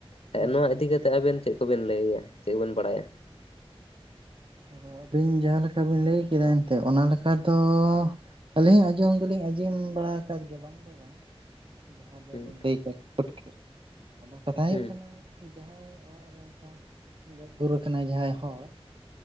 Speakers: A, on the left; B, on the right.
A: ᱦᱮᱸ
B: ᱦᱩᱸ
A: ᱱᱚᱣᱟ
B: ᱦᱩᱸ
A: ᱤᱫᱤ ᱠᱟᱛᱮ ᱛᱮ ᱟᱵᱮᱱ ᱪᱮᱫ ᱠᱚᱵᱮᱱ ᱞᱟᱹᱭᱟ ᱪᱮᱫ ᱠᱚᱵᱮᱱ ᱵᱟᱲᱟᱭᱟ?
B: ᱟᱫᱚ ᱟᱹᱵᱤᱱ ᱡᱟᱦᱟᱸᱞᱮᱠᱟ ᱵᱤᱱ ᱞᱟᱹᱭ ᱠᱮᱫᱟ ᱮᱱᱛᱮᱫ ᱚᱱᱟ ᱞᱮᱠᱟ ᱫᱚ ᱟᱹᱞᱤᱧᱟᱜ ᱟᱸᱡᱚᱢ ᱫᱚᱞᱤᱧ ᱟᱸᱡᱚᱢ ᱵᱟᱲᱟ ᱟᱠᱟᱫ ᱜᱮᱭᱟ ᱵᱟᱝ ᱫᱚ
A: <inaudible>
B: ᱵᱟᱝ ᱡᱟᱦᱟᱸ ᱫᱚᱵᱮᱱ
A: ᱦᱩᱸ
B: ᱞᱟᱹᱭ <inaudible> ᱯᱟᱹᱴᱠᱟᱹᱨ ᱟᱫᱚ ᱠᱟᱛᱷᱟ ᱦᱩᱭᱩᱜ
A: ᱦᱩᱸ
B: ᱠᱟᱱᱟ ᱡᱟᱦᱟᱸᱭ ᱚᱲᱟᱜ ᱨᱮ ᱚᱱᱠᱟ ᱜᱚᱡ ᱜᱩᱨ ᱠᱟᱱᱟᱭ ᱡᱟᱦᱟᱸᱭ ᱦᱚᱲ